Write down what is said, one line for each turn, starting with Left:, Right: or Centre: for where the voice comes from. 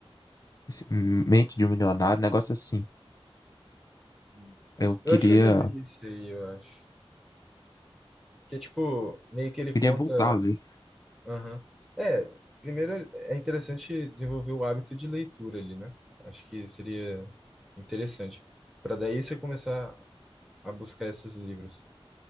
Left: Mente de um Milionário, um negócio assim.
Centre: Hum.
Left: Eu queria
Centre: Eu acho que eu já vi isso aí, eu acho. Que é tipo, meio que ele conta.
Left: Queria voltar ali.
Centre: Aham. É, primeiro é interessante desenvolver o hábito de leitura ali, né? Acho que seria interessante. para daí você começar a buscar esses livros.